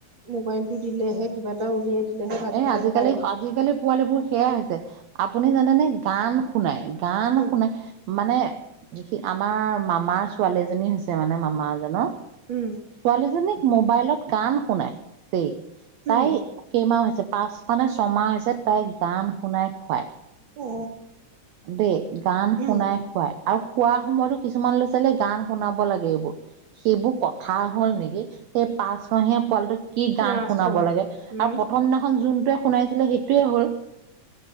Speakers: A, on the right (about 40°); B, on the right (about 70°).
A: মোবাইল টো দিলেহে কিবা এটা উলিয়াই দিলেহে ভাতকেইটা
B: এ আজিকালি
A: খায়।
B: আজিকালি পোৱালীিবোৰ সেয়া হৈছে আপুনি জানেনেে গান শুনাই গান
A: উম,
B: শুনাই মানে যি আমাৰ মামাৰ ছোৱালীজনী হৈছে মানে মামাজনৰ
A: উম,
B: ছোৱালীজনীক মোবাইলত গান শুনাই দেই তাই
A: উম
B: কেইমাহ হৈছে যে পাঁচ মানে ছমাহ হৈছে তাই গান শুনাই খুৱায়
A: অ
B: দেই গান
A: উম।
B: শুনাই খুৱাই আৰু খোৱা সময়তো কিছুমান ল'ৰা ছোৱালীয়ে গান শুনাব লাগে এইবোৰ সেইবোৰ কথা হ'ল নেকি সেই পাঁচমহীয়া পোৱালটোোক কি
A: চোৱাচোন
B: গান শুনাব লাগে
A: উম,
B: আৰু প্ৰথম দিনাখন যোনটোৱে শুনাইছিলে সেইটোোৱে হ'ল